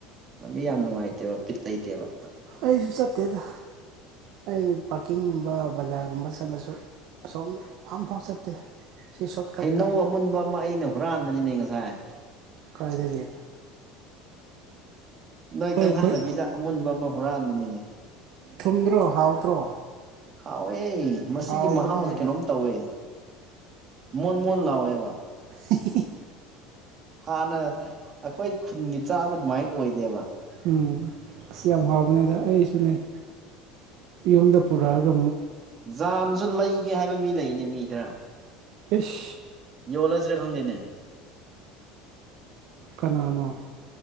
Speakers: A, on the right; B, on the right.
A: ꯂꯝꯕꯤ ꯌꯥꯝ ꯅꯨꯡꯉꯥꯏꯇꯦꯕ ꯕꯤꯠ ꯂꯩꯇꯦꯕ
B: ꯑꯩꯁꯨ ꯆꯠꯇꯦꯗ ꯑꯩ ꯄꯥꯔꯀꯤꯡꯒꯨꯝꯕ ꯕꯖꯥꯔꯒꯨꯝꯕ ꯆꯠꯂꯁꯨ ꯁꯣꯝ ꯑꯝꯐꯥꯎ ꯆꯠꯇꯦ ꯁꯤ ꯁꯣꯔꯠꯀꯠꯇ
A: ꯍꯩꯅꯧ ꯑꯃꯨꯟꯕ ꯑꯃ ꯑꯩꯅ ꯍꯨꯔꯥꯟꯕꯅꯤꯅꯦ ꯉꯁꯥꯏ
B: ꯀꯥꯏꯗꯒꯤ
A: ꯅꯣꯏ ꯈꯪꯍꯟꯗꯕꯤꯗ
B: ꯑꯩꯈꯣꯏ
A: ꯑꯃꯨꯟꯕ ꯑꯃ ꯍꯨꯔꯥꯟꯕꯅꯤꯅꯦ
B: ꯊꯨꯝꯗ꯭ꯔꯣ ꯍꯥꯎꯇ꯭ꯔꯣ
A: ꯍꯥꯎꯑꯦ ꯃꯁꯤꯒꯤ
B: ꯍꯥꯎꯕꯅꯦ
A: ꯃꯍꯥꯎꯁꯦ ꯀꯩꯅꯣꯝ ꯇꯧꯋꯦ ꯃꯣꯟ ꯃꯣꯟ ꯂꯥꯎꯋꯦꯕ
B: ꯍꯤ ꯍꯤ
A: ꯍꯥꯟꯅ ꯑꯩꯈꯣꯏ ꯈꯨꯟꯒꯤ ꯆꯥꯕ ꯑꯗꯨꯃꯥꯏꯅ ꯑꯣꯏꯗꯦꯕ
B: ꯎꯝ ꯑꯁ ꯌꯥꯝ ꯍꯥꯎꯕꯅꯦ ꯗ ꯑꯩꯁꯨ ꯂꯩ ꯌꯨꯝꯗ ꯄꯨꯔꯛꯑꯒ
A: ꯖꯥꯝꯁꯨ ꯂꯩꯒꯦ ꯍꯥꯏꯕ ꯃꯤ ꯂꯩꯅꯦ ꯃꯤ ꯈꯔ
B: ꯢꯁ
A: ꯌꯣꯜꯂꯁꯤꯔ ꯈꯪꯗꯦꯅꯦ
B: ꯀꯅꯥꯅꯣ